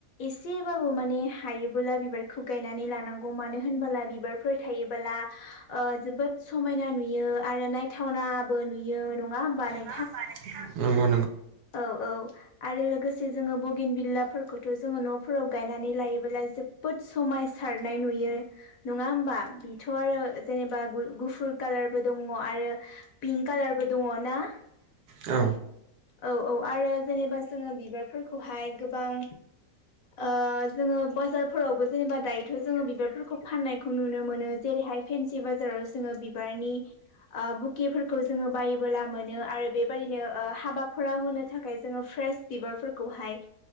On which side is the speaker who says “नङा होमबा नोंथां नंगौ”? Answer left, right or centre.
Right